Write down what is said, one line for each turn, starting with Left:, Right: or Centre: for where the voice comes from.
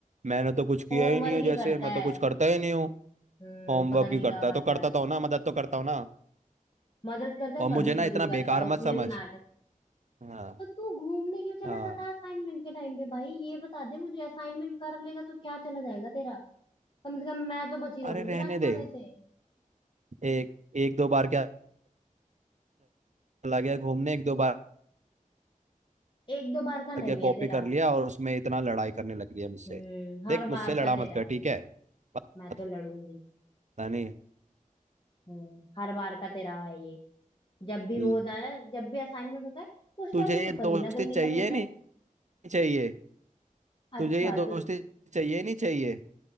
Right: मैंने तो कुछ किया
Left: होमवर्क
Right: ही नहीं है
Left: ही
Right: जैसे
Left: करता
Right: मैं तो
Left: है
Right: कुछ करता ही नहीं हूँ
Left: हम्म
Right: होमवर्क
Left: पता नहीं
Right: ही करता
Left: क्या
Right: है
Left: करता
Right: तो करता
Left: है
Right: तो हूँ ना मदद तो करता हूँ ना
Left: मदद करता है
Right: और मुझे
Left: कभी
Right: ना
Left: कभी
Right: इतना
Left: करता
Right: बेकार
Left: है उसमें
Right: मत समझ
Left: भी नाटक
Right: हाँ
Left: तो तू घूमने क्यों चला
Right: हाँ
Left: जाता है असाइनमेंट के टाइम पे भाई ये बता दे मुझे असाइनमेंट कर लेगा तो क्या चला जाएगा तेरा कम से कम मैं तो बची रहूंगी
Right: अरे रहने
Left: डांट
Right: दे
Left: खाने से
Right: एक एक दो बार क्या चला गया घूमने एक दो बार
Left: एक दो बार का नहीं
Right: क्या कॉपी
Left: है तेरा
Right: कर लिया और उसमें इतना लड़ाई करने लग रही है मुझसे
Left: हम्म
Right: देख
Left: हर
Right: मुझसे
Left: बार
Right: लड़ा
Left: का
Right: मत
Left: तेरा
Right: कर
Left: है
Right: ठीक है पता
Left: मैं तो लड़ूंगी
Right: नहीं
Left: हम्म हर बार का तेरा है ये जब भी
Right: ल-
Left: वो होता है ना जब भी असाइनमेंट होता है उस
Right: तुझे
Left: टाइम पे तू
Right: ये
Left: कहीं
Right: दोस्ती
Left: ना कहीं
Right: चाहिए
Left: निकल लेता
Right: नहीं
Left: है
Right: चाहिए तुझे
Left: अच्छा
Right: ये दोस्ती
Left: तो
Right: चाहिए नहीं चाहिए